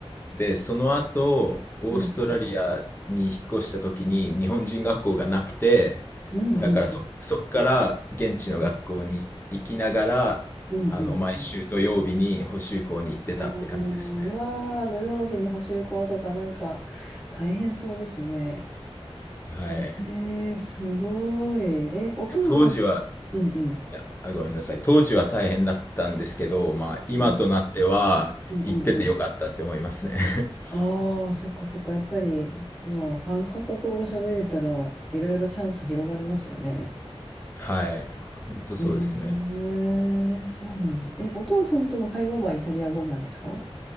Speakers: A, on the left; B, in the centre.
A: で、その後、オーストラリアに引っ越した時に日本人学校がなくて、
B: うんうんうんうん
A: だからそ、そっから現地の学校に行きながら、
B: うんうんうん。
A: あの、毎週土曜日に補習校に行ってたって感じですね。
B: あーうわあ、土曜日に補習校とかなんか大変そうですね。
A: はい。
B: えー、すごい。え、お父さん、
A: 当時は、
B: うんうん。
A: いや、あ、ごめんなさい。当時は大変だったんですけど、まあ、今となっては行っててよかったって思いますね。
B: うんうんうんうん。
A: <laughs>
B: ああ、そっかそっか。やっぱり、まあ、3カ国語喋れたら、いろいろチャンス広がりますよね。
A: はい。本当そうですね。
B: えー、そうなんだ。え、お父さんとの会話はイタリア語なんですか